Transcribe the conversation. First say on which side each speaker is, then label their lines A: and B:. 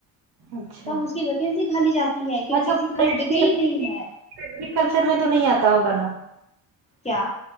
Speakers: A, on the right; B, on the left.
A: اچھا
B: تب اس کی ویکینسی کھالی جاتی ہے کیوں
A: اچھا
B: کسی
A: فورسٹ
B: کے پاس ڈگری
A: یہ
B: نہیں ہے
A: ایگریکلچر میں تو نہیں آتا ہوگا نا
B: کیا